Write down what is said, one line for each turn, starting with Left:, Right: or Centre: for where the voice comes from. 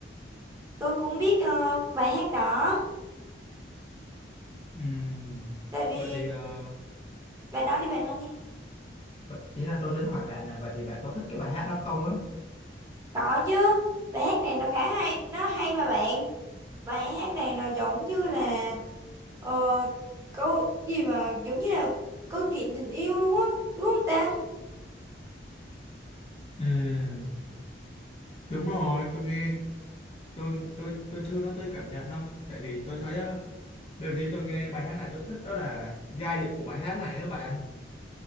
Right: tôi cũng biết ờ, bài hát đó,
Left: Ừm,
Right: tại vì
Left: vậy thì ờ,
Right: bạn nói đi bạn nói đi.
Left: vậy, ý là tôi tính hỏi bạn là vậy thì bạn có thích cái bài hát đó không á?
Right: Có chứ, bài hát này nó khá hay, nó hay mà bạn. Bài hát này nó giống như là ờ, câu gì mà giống như là câu chuyện tình yêu luôn á, đúng không ta?
Left: Ừ, đúng rồi, tôi nghe tôi tôi tôi chưa nói tới cảm nhận đâu, tại vì tôi thấy ờ, đầu tiên tôi nghe bài hát này tôi thích đó là giai điệu của bài hát này đó bạn